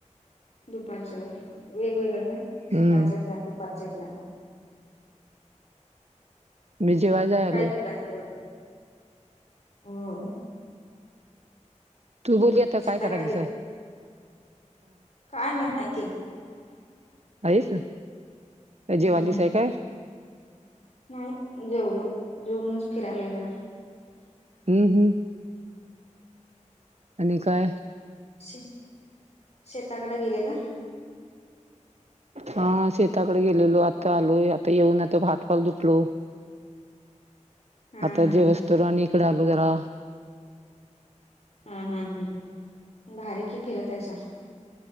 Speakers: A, on the left (about 60°); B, on the right (about 60°).
A: दुपारच होय वेगवेगळं होय
B: हम्म
A: सकाळच एकदा दुपारचं एकदा
B: मी जेवाय जायलोय
A: काय केला जेवण होय
B: तू बोल आता
A: शेताकडे
B: काय करालीस
A: गेला काय नाही आहे की
B: आहेस का
A: हम्म
B: जेवालीस आहे काय
A: नाही जेवलो जेवूनच फिरायलोय जरा
B: हम्म हम्म आणि काय
A: शी शेताकड गेलेला
B: हा शेताकडे गेलेलो आता आलोय आता येऊन आता हातपाय धुतलो
A: हा
B: आता
A: हा
B: जेवसतवर
A: हा
B: आणि इकडं आलो जरा
A: हम्म हम्म हम्म भारी की फिरत आहेस